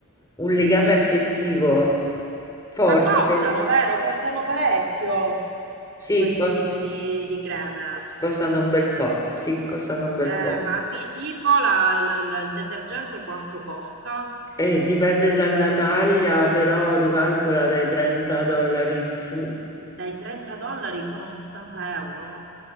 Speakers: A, on the left; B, on the right.
A: un legame affettivo forte.
B: Ma costano, vero? Costano parecchio
A: Sì,
B: questi
A: cos-
B: tipi di, di creme.
A: costano un bel po', sì, costano un bel
B: Eh,
A: po'.
B: ma pi- tipo la- l- l- il detergente quanto costa?
A: E dipende dalla taglia, però tu calcola dai 30 dollari in su.
B: Dai 30 dollari sono 60 euro?